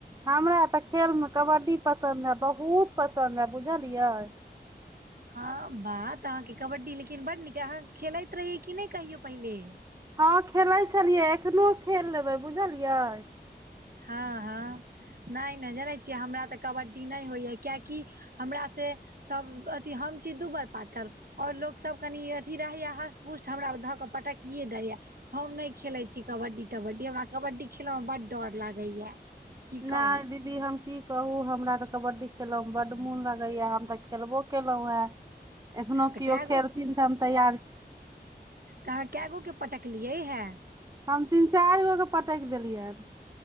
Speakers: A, on the right; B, on the right.
A: हमरा तऽ खेलमे कबड्डी पसंद हैं बहुत पसंद हए बुझलियै।
B: ह बात अहाँके कबड्डी लेकिन बड नीक अहाँ खेलैत रहीये की नै कहियो पहिले।
A: ह खेलेय छलियै एखनो खेल लेबै बुझलिये।
B: ह ह नइ नइ जनेत छिये हमरा तऽ कबड्डी नै होइए कियेकि हमरा से सब अथि हम छी दूबर पातर। और लोकसभ कनि अथि रहेया हष्ट पुष्ट हमरा धऽ कऽ पटकिए देइया। हम नै खेलेय छी कबड्डी तबड्डी हमरा कबड्डी खेलयमे बड डर लागैए। की
A: नइ
B: कहू
A: दी दी हम की कहू हमरा तऽ कबड्डी खेल मे बड मोन लगेया हम तऽ खेलबो केलहुॅं या एखनो
B: तऽ
A: कीयो
B: कए गो
A: खेलथिन तऽ हम तैयार छी।
B: तऽ अहाँ कै गोके पटकलिये है।
A: हम तीन चारि गो के पटकि देलियैन।